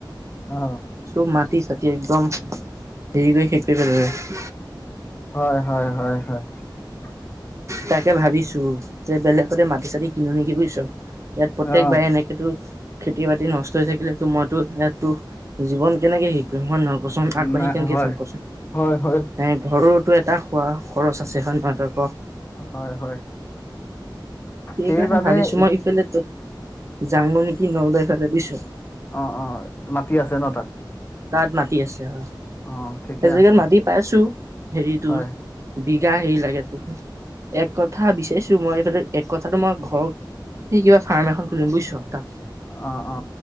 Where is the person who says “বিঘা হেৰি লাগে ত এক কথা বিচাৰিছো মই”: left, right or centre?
Right